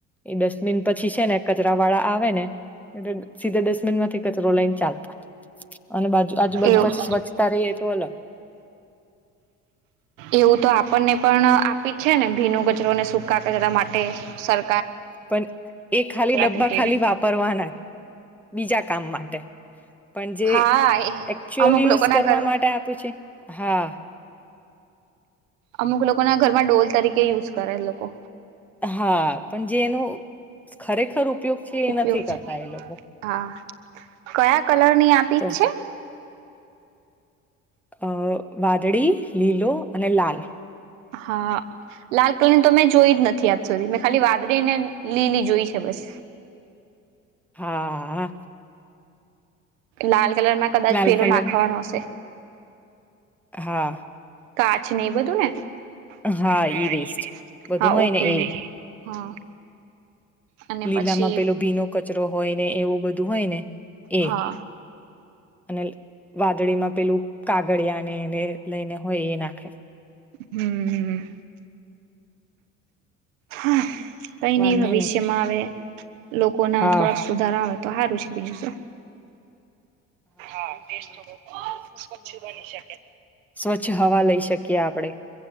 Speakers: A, in the centre; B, on the right.
A: એ ડસ્ટબિન પછી છે ને કચરા વાળા આવે ને એટલે સીધા ડસ્ટબિન માંથી કચરો લઈને ચાલ અને બાજુ આજુ બાાજુ
B: એવું
A: પછી સ્વચ્છતા રહી એ તો અલગ. <inaudible>
B: એવું તો આપણને પણ આપી જ છે ને ભીનું કચરોને સૂકા કચરા માટે સર
A: પણ એ ખાલી ડબ્બા
B: પેટી
A: ખાલી વા પરવાના બીજા કામ માટે. પણ જે
B: હા એ
A: એકચુઅલ
B: અમુક
A: યુઝ
B: લોકો ના
A: કરવા
B: ઘરમાં
A: માટે આપ્યું છે હા.
B: અમુક લોકો ના ઘરમાં ડોલ તરીકે યુઝ કરે લોકો.
A: હા પણ જે એનું ખરેખર ઉપયોગ છે એ
B: ઉપયોગ
A: નથી કરતા
B: છે
A: એ લોકો.
B: હા કયા કલરની આપી
A: તો
B: છે.
A: અ વાદળી લીલો અને લાલ.
B: હા લાલ કલર તો મેં જોઈ જ નથી આજ સુધી મેં ખાલી વાદળી ને લીલી જોઈ છે બસ.
A: હા હા.
B: લાલ કલરમાં કદાચ
A: લાલ
B: પેલું
A: કલરની
B: નાખવાનું હશે
A: હા
B: કાચ ને એ બધું ને <unintelligible>
A: હા ઈ વેસ્ટ બધું
B: હા
A: હોય
B: ઓકે
A: ને એ
B: હા અને
A: લીલામાં
B: પછી
A: પેલો ભીનો કચરો હોય ને એવું બધું હોય ને એ
B: હા
A: અનલ વાદળીમાં પેલું કાગળિયા ને એને લઈને હોય એ નાખે
B: હમ્મ. હા કઈ
A: વાંધો
B: ની ભવિષ્યમાં
A: નહી
B: આવે લોકોના
A: હા
B: થો સુધારા આવે તો હારું છે, બીજું શું હા ટેસ્ટ થોડો સ્વચ્છ બની શકે
A: સ્વચ્છ હવા લઈ શકીએ આપડે